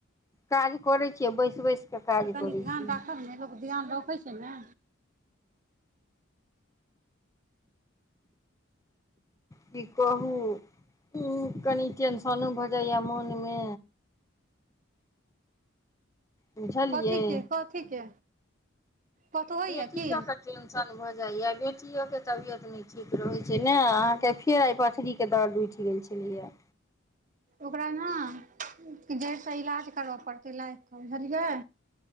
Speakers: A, on the left; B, on the right.
A: काज करै छियै बैस बैस कऽ काज
B: तऽ कनि
A: करै
B: ध्यान
A: छियै
B: राखब ने लोक ध्यान रखै छै ने
A: की कहू उ कनि टेंशनो भऽ जाइया मोनमे बुझलियै
B: कथी के कथी के कतहु होइया
A: बेटी
B: की
A: लऽ कऽ टेंशन भऽ जाइय बेटी इओके तबियत नहि ठीक रहै छै ने अहाँके फेर आइ पथरीके दर्द उठि गेल छलियै या
B: ओकरा न कि जड़िसँ इलाज करबय पड़तै लागि कऽ बुझलियै